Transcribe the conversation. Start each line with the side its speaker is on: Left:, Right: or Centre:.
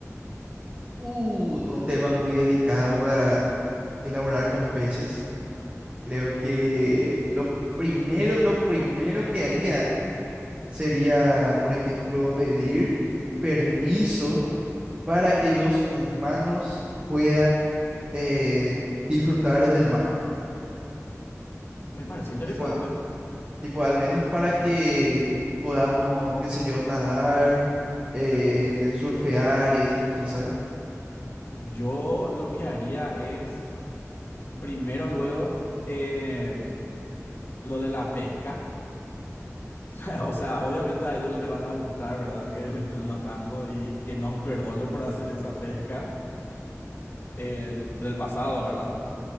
Right: Uh, un tema muy delicado para elaborar con peces. Creo que lo primero, lo primero que haría sería, por ejemplo, pedir permiso para que los humanos puedan eh, disfrutar del mar.
Left: Me parece interesante.
Right: Tipo, a- tipo, al menos para que podamos, qué sé yo, nadar, eh, surfear y esas cosas, ¿sabes?
Left: Yo lo que haría es... Primero, luego, em, lo de la pesca. <laughs> O sea, obviamente a ellos no les van a gustar, ¿verdad? Que le estén matando y que nos perdone por hacer esa pesca eh, del pasado, ¿verdad?